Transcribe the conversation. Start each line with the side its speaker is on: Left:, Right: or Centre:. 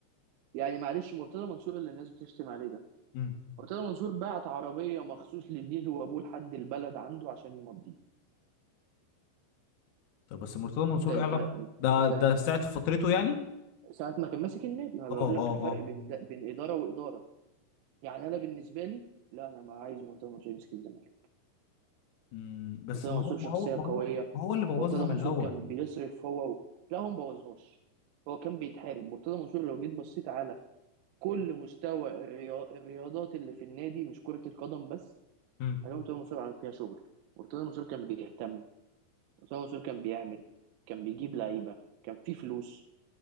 Right: يعني معلش مرتضى منصور اللي الناس بتشتم عليه ده
Left: امم
Right: مرتضى منصور بعت عربية مخصوص لزيزو وأبوه لحد البلد عنده عشان يمضيه
Left: طب بس مرتضى منصور
Right: انت
Left: ايه علاقة
Right: انت
Left: ده
Right: انت
Left: ده
Right: فاهم
Left: في ساعة في فترته يعني
Right: ساعة ما كان ماسك النادي ما بقول
Left: اه اه
Right: لك الفرق
Left: اه
Right: بين ده بين إدارة وإدارة يعني أنا بالنسبة لي لا أنا ما عايز مرتضى منصور يمسك الزمالك
Left: امم بس
Right: مرتضى
Left: ما
Right: منصور
Left: هو
Right: شخصية
Left: ما هو ما هو
Right: قوية
Left: ما هو اللي بوظها
Right: مرتضى
Left: من
Right: منصور
Left: الاول
Right: كان بيصرف هو و... لا هو مبوظهاش هو كان بيتحارب مرتضى منصور لو جيت بصيت على كل مستوى الريا... الرياضات اللي في النادي مش كرة القدم بس
Left: امم
Right: هلاقي مرتضى منصور عامل فيها شغل مرتضى منصور كان بيهتم أسامة منصور كان بيعمل كان بيجيب لعيبة كان في فلوس